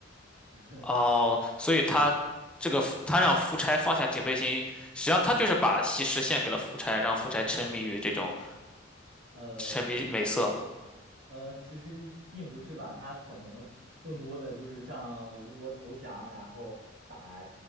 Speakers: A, on the right (about 65°); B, in the centre.
A: <laughs>
B: 哦，所以他这个夫他让夫差放下警备心，实际上他就是把西施献给了夫差，让夫差沉迷于这种
A: 呃，
B: 沉迷美色。
A: 嗯，其实一并不是吧，他可能更多的就是向吴国投降，然后把